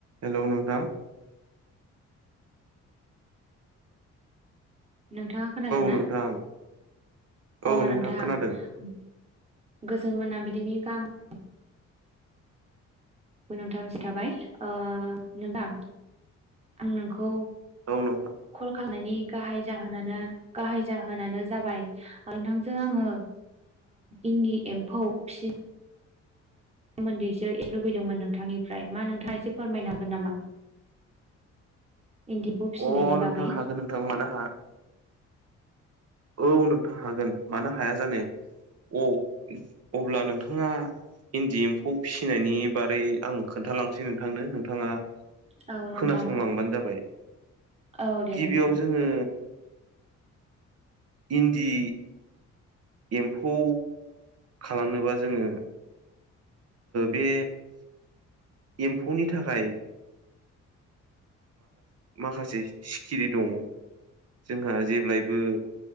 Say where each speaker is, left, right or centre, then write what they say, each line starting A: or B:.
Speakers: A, on the right; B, on the right.
A: हेल' नोंथां
B: नोंथाङा खोनादों ना?
A: नोंथां औ
B: अ नोंथां
A: खोनादों
B: गोजोन मोनाबिलिनि गाहाम <unintelligible> थाबाय नोंदां आं नोंखौ
A: औ नोंथां
B: खल खालामनायनि गाहाय जाहोनानो जाबाय नोंथांजों आङो इन्दि एम्फौ फिसि सोमोन्दैसो लुबैदोंमोन नोंथांनिफ्राय मा नोंथाङा एसे फोरमायनो हागोन नामा? इन्दि एम्फौ फिसिनायनि
A: अ नोंथां
B: बागै?
A: हागोन नोंथां मानो हाया औ नोंथां हागोन मानो हाया जानो अ अब्ला नोंथाङा इन्दि एम्फौ फिसिनायनि बारै आं खोन्थालांसै नोंथांनो नोंथाङा
B: औ नोंथां
A: खोनासंलांबानो जाबाय।
B: औ दे
A: गिबियाव
B: नोंथां
A: जोङो इन्दि एम्फौ खालामनोबा जोङो बे एम्फौनि थाखाय माखासे सिखिरि दङ जोंहा जेब्लायबो